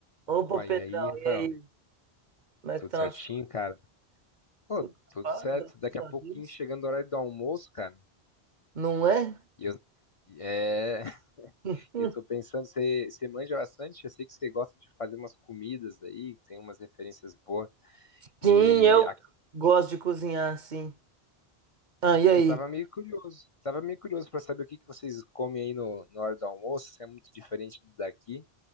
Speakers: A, on the right; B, on the left.
A: Opa,
B: Opa,
A: Pedrão,
B: e aí, Rafael?
A: e aí? Como é
B: Tudo
A: que estão
B: certinho,
A: as coisas?
B: cara? Pô,
A: Tudo na
B: tudo
A: paz,
B: certo.
A: graças
B: Daqui a
A: a
B: pouquinho,
A: Deus.
B: chegando o horário do almoço, cara.
A: Não é?
B: E eu, é, <laughs>
A: <laughs>
B: e eu tô pensando, você, você manja bastante? Eu sei que você gosta de fazer umas comidas aí, que tem umas referências boas.
A: Sim,
B: E
A: eu
B: a-
A: gosto de cozinhar assim. Ah, e aí?
B: eu tava meio curioso, tava meio curioso pra saber o que que vocês comem aí no, na hora do almoço, se é muito diferente do daqui.